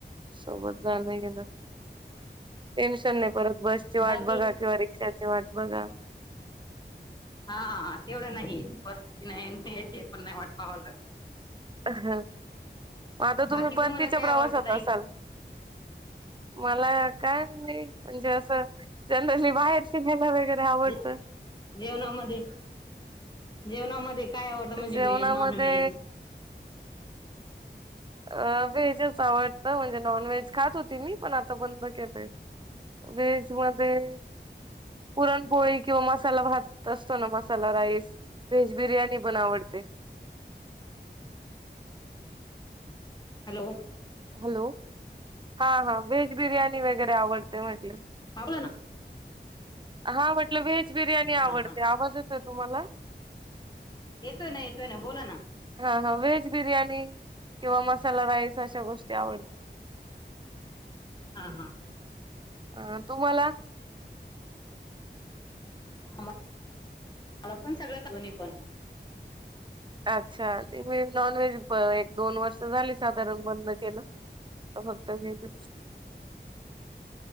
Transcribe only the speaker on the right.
सोबत जाण गेलं टेन्शन नाही. परत बसची वाट
बघा किंवा रिक्षाची वाट बघा.
ह मग आता
तुम्ही परतीच्या
प्रवासात
असाल मला काय नाही म्हणजे असं जनरली बाहेर वगैरे आवडत.
जेवणामध्ये
अ व्हेजच आवडत म्हणजे नॉन व्हेज खात होती मी पण आता बंद केलंय. वेज मध्ये पुरणपोळी किंवा मसाला भात असतो ना मसाला राईस. व्हेज बिर्याणी पण आवडते.
हॅलो हा हा व्हेज बिर्याणी वगैरे आवडते म्हटल.
हा म्हटलं व्हेज बिर्याणी
आवडते
आवाज येतोय तुम्हाला
हा हा व्हेज बिर्याणी किंवा मसाला राईस. अशा गोष्टी आवडतात.
अं तुम्हाला
अच्छा आणि मी नॉन व्हेज एक दोन वर्ष झाली साधारण बंद केलं. फक्त व्हेजच